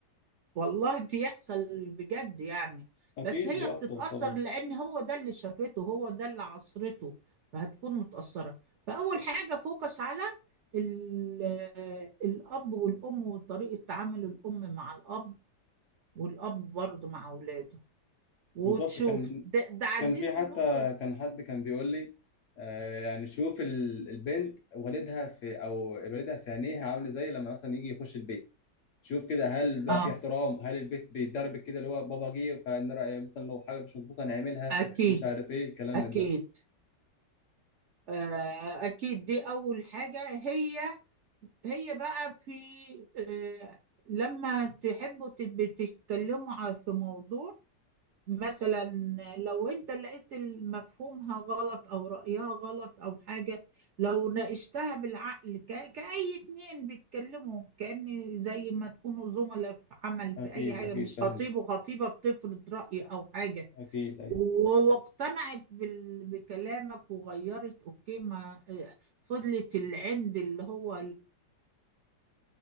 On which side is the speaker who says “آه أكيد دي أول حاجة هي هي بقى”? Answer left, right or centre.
Right